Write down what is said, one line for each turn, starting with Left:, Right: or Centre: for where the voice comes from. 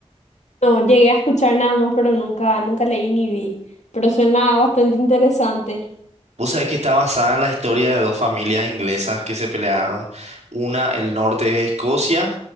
Left: No, llegué a escuchar nada más, pero nunca, nunca leí ni vi. Pero suena bastante interesante.
Right: Vos sabés que está basada en la historia de dos familias inglesas que se pelearon. Una, el norte es Escocia,